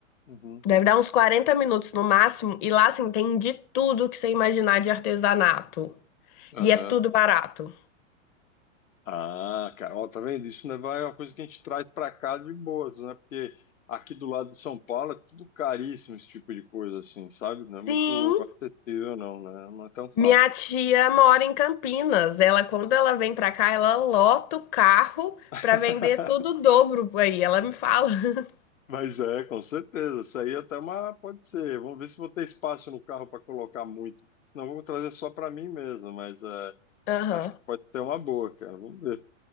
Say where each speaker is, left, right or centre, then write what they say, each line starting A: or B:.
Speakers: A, on the left; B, on the left.
A: Uhum.
B: Deve dar uns 40 minutos no máximo. E lá, assim, tem de tudo que você imaginar de artesanato.
A: Aham.
B: E é tudo barato.
A: Ah, cara, ó, tá vendo? Isso né, vai- é uma coisa que a gente traz pra cá de boas, né? Porque aqui do lado de São Paulo é tudo caríssimo, esse tipo de coisa, assim, sabe? Não
B: Sim,
A: é muito acessível, não, né? Não é tão fácil.
B: minha tia mora em Campinas. Ela, quando ela vem pra cá, ela lota o carro
A: <laughs>
B: pra vender tudo o dobro aí. Ela me fala. <laughs>
A: Mas é, com certeza. Isso aí até uma. Pode ser. Vamos ver se vou ter espaço no carro para colocar muito. Senão eu vou trazer só para mim mesmo, mas é,
B: Aham.
A: acho que pode ser uma boa, cara. Vamos ver.